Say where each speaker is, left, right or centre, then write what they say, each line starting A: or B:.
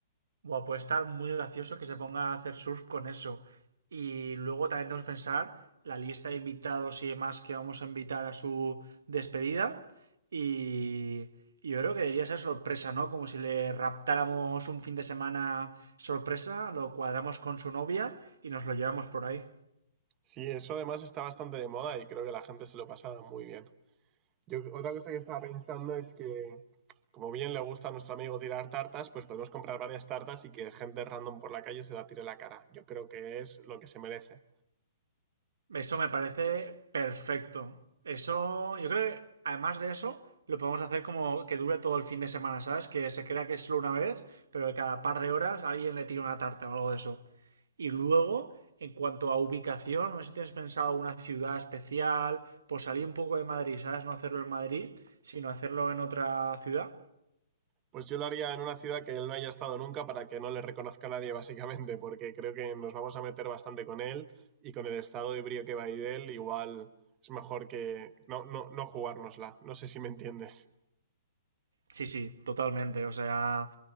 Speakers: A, on the right; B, on the right.
A: Buah, puede estar muy gracioso que se ponga a hacer surf con eso. Y luego también tenemos que pensar la lista de invitados y demás que vamos a invitar a su despedida. Y, y yo creo que debería ser sorpresa, ¿no? Como si le raptáramos un fin de semana sorpresa, lo cuadramos con su novia y nos lo llevamos por ahí.
B: Sí, eso además está bastante de moda y creo que la gente se lo pasa muy bien. Yo otra cosa que estaba pensando es que, como bien le gusta a nuestro amigo tirar tartas, pues podemos comprar varias tartas y que gente random por la calle se la tire en la cara. Yo creo que es lo que se merece.
A: Eso me parece perfecto. Eso, yo creo que además de eso, lo podemos hacer como que dure todo el fin de semana, ¿sabes? Que se crea que es solo una vez, pero que cada par de horas alguien le tira una tarta o algo de eso. Y luego, en cuanto a ubicación, no sé si tienes pensado una ciudad especial, pues salir un poco de Madrid, ¿sabes? No hacerlo en Madrid, sino hacerlo en otra ciudad.
B: Pues yo lo haría en una ciudad que él no haya estado nunca para que no le reconozca a nadie, <laughs> básicamente, porque creo que nos vamos a meter bastante con él y con el estado de brío que va a ir él, igual es mejor que no, no, no jugárnosla. No sé si me entiendes.
A: Sí, sí, totalmente. O sea,